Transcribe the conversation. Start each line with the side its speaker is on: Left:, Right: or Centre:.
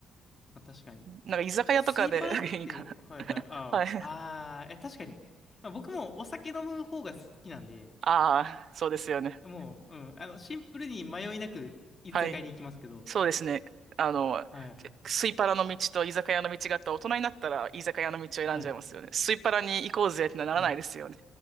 Left: まあ、確かに。
Right: なんか居酒屋とかで
Left: スイパラって、
Right: <laughs> いいかな。
Left: はいはい、ああ、
Right: はい。
Left: ああ、え、確かに。まあ僕もお酒飲む方が好きなんで、
Right: ああ、そうですよね。
Left: もう、うん、あの、シンプルに迷いなく居酒屋に行きますけど、
Right: はい。そうですね。あの、
Left: はい、
Right: スイパラの道と居酒屋の道があった大人になったら居酒屋の道を選んじゃいますよね。
Left: はい、
Right: スイパラに行こうぜってならないですよね。
Left: はい。